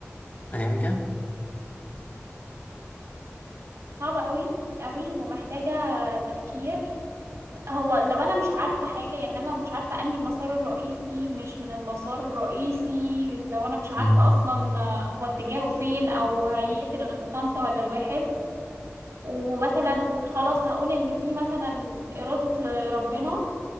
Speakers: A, on the left (about 35°); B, on the right (about 85°).
A: هتعملي كده؟
B: صعبة قوي قوي ومحتاجة تفكير هو لو انا مش عارفة حاجة يعني انا لو مش عارفة انهي المسار الرئيسي مش من المسار الرئيسي لو انا مش عارفة
A: مم.
B: اصلا هو اتجاهه فين او هيقتل الخمسة ولا الواحد ومثلا خلاص هقول ان دي مثلا إرادة ربنا